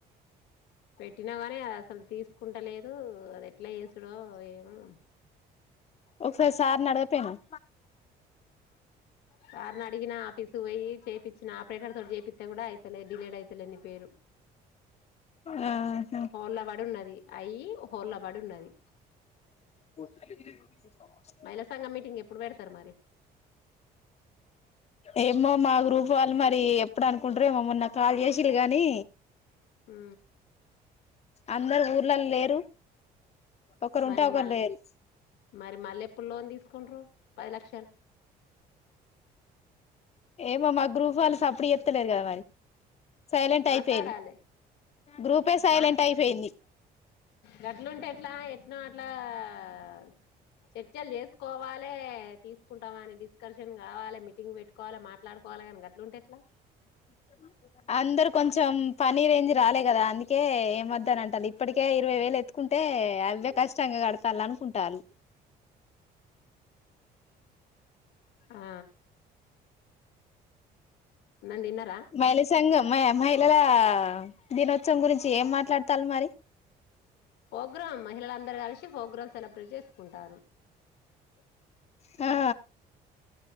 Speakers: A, on the left (about 85°); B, on the left (about 40°).
A: పెట్టినా కానీ అసలు తీసుకుంటలేదు అది ఎట్లా చేసుడో ఏమో
B: ఒకసారి సార్ని అడగకపోయినవ్
A: సార్ని అడిగినా ఆఫీసు పోయి చేపించిన ఆపరేటర్ తోటి చేపిస్తే కూడాయి లెడ్ డిలేడ్ ఐతలేద్ ని పేరు
B: ఆ హ
A: హోల్లా పడి ఉన్నది అయ్యి హోల్లా పడి ఉన్నది
B: <unintelligible>
A: మహిళా సంఘం మీటింగ్ ఎప్పుడు పెడతారు మరి
B: ఏమో మా గ్రూప్ వాళ్ళు మరి ఎప్పుడు అనుకుంటారు ఏమో మమ్మొన్న కాల్ చేసింలు గాని
A: ఉ
B: అందరు ఊర్లలో లేరు ఒకరుంటే
A: మరి
B: ఒకరు
A: మల్
B: లేరు
A: మరి మల్లెప్పుల్లో తీస్ కుండ్రు పది లక్షల్
B: ఏమో మా గ్రూప్ వాళ్ళు సప్పుడు జేత్తలేరు కద మరి సైలెంట్
A: మాట్లాడాలి
B: అయిపోయిళ్ళు గ్రూపే సైలెంట్
A: మా
B: అయిపోయింది
A: గట్లుంటే ఎట్లా ఎట్నో ఇట్లా ఆఆ చర్చలు చేసుకోవలె తీసుకుంటామని డిస్కషన్ గావాలె మీటింగ్ పెట్టుకోవాలె మాట్లాడుక్ పోవలగానీ గట్లుంటెట్లా
B: <inaudible> అందరు కొంచెం పని రేంజ్ రాలే గదా అందుకే యేమోద్దన అంటాల్ ఇప్పటికే ఇరవై వేలు ఎత్తుకుంట్ టె అవే కష్టంగా కడతాలానుకున్ టాల్
A: ఆ అన్నం తిన్నారా
B: మయిళ సంఘం మ మహిళల దినోత్సవం గురించి చ్ ఏం మాట్లాడతాళ్లు మరి
A: ఫోగ్రామ్ మహిళలందరూ కలిసి ఫోగ్రామ్ సెలబ్రేట్ చేసుకుంటారు.
B: హా